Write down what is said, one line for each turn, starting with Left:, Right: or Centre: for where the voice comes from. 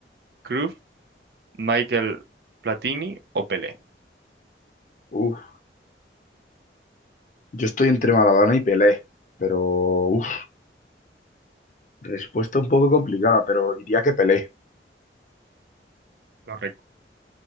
Right: Cruyff, Michael Platini o Pelé?
Left: Uf. Yo estoy entre Maradona y Pelé, pero uf, respuesta un poco complicada, pero diría que Pelé.
Right: Correcto.